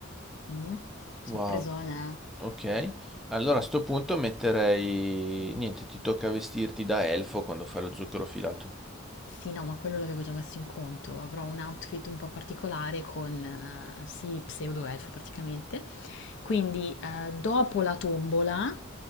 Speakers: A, on the left (about 60°); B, in the centre.
A: Mm,
B: wow.
A: sorpresona.
B: Ok, allora a sto punto metterei... Niente, ti tocca vestirti da elfo quando fai lo zucchero filato.
A: Sì, no, ma quello l'avevo già messo in conto. Avrò un outfit un po' particolare con, eh, sì, pseudo elfo praticamente. Quindi, eh, dopo la tombola,